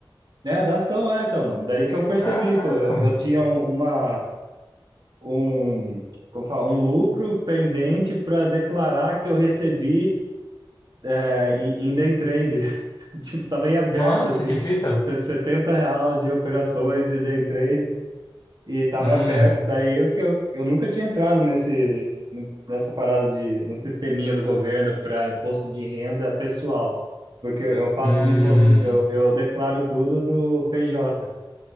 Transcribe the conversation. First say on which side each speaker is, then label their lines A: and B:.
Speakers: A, on the right; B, on the left.
A: É, da ação, é, então, mano. Daí que eu percebi,
B: Caraca,
A: pô. Eu,
B: mano.
A: eu tinha um- uma. Um. Como fala? Um lucro pendente para declarar que eu recebi é, em, em day trade. <laughs> Tipo, tava em aberto,
B: Nossa,
A: assim.
B: que fita.
A: se- 70 real de operações de day trade. e tava
B: Hum,
A: perto. Daí eu que eu, eu nunca tinha entrado nesse nessa parada de no sisteminha do governo para imposto de renda pessoal, porque eu, eu faço
B: hum,
A: no imposto, eu, eu declaro tudo no PJ,